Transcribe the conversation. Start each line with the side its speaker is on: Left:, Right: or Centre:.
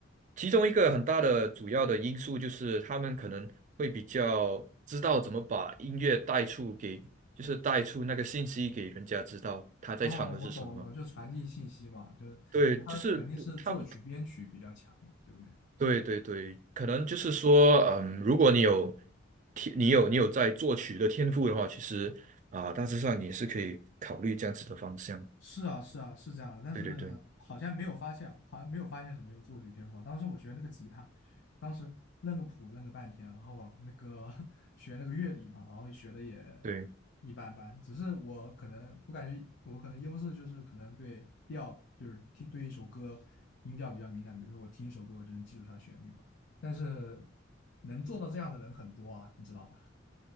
Right: 其中一个很大的主要的因素就是他们可能会比较知道怎么把音乐带出给。就是带出那个信息给人家知道他在唱的是什么。
Left: 哦，我懂了，我懂就传递信息嘛，就是他肯定是作曲编曲比较强嘛，
Right: 对，就是他，
Left: 对不对？
Right: 对对对，可能就是说，嗯，如果你有天，你有你有在作曲的天赋的话，其实啊，大致上你也是可以考虑这样子的方向。
Left: 是啊，是啊，是这样的，但是
Right: 对对对
Left: 好像没有发现，好像没有发现什么有作曲天赋啊。当时我学那个吉他，当时认个谱认个半天，然后我那个 <laughs> 学那个乐理嘛，然后学的也
Right: 对，
Left: 一般般。只是我可能，我感觉我可能优势就是可能对调，就是听对一首歌音调比较敏感。比如说我听一首歌，我就能记住它的旋律嘛。但是能做到这样的人很多啊，你知道吧？